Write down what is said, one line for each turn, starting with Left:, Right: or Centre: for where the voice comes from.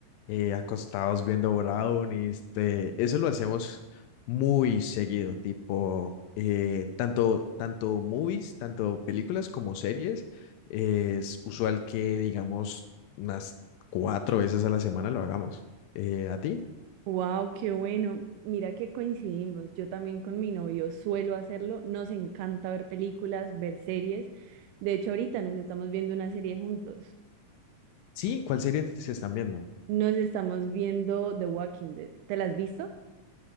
Left: eh, acostados viendo brownies. este, eso lo hacemos muy seguido, tipo, eh, tanto, tanto movies, tanto películas como series. eh, es usual que, digamos, unas cuatro veces a la semana lo hagamos. Eh, ¿a ti?
Right: Wow, qué bueno. Mira que coincidimos. Yo también con mi novio suelo hacerlo. Nos encanta ver películas, ver series. De hecho, ahorita nos estamos viendo una serie juntos.
Left: Sí, ¿cuál serie se están viendo?
Right: Nos estamos viendo The Walking Dead. ¿Te la has visto?